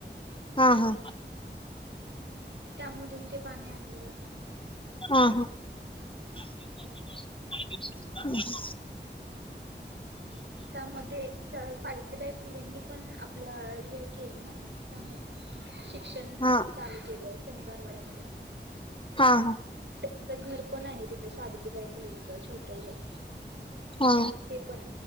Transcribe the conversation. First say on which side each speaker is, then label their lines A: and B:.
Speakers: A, on the left; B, on the right.
A: हा हा
B: त्यामधून ते पाणी आणलं जातं.
A: हा हा <unintelligible>
B: असं
A: हम् हम्
B: त्यामध्ये सावित्रीबाई फुलेंनी पण आप ल्या हे केली ना. त्यामध्ये शिक्षण
A: हा
B: चालू केलं. शनिवारवाड्यामध्ये.
A: हा हा.
B: तिथे घर पण आहे, तिथं शावित्रीबाई फुलेन चा छोटं घर
A: हा
B: ते पण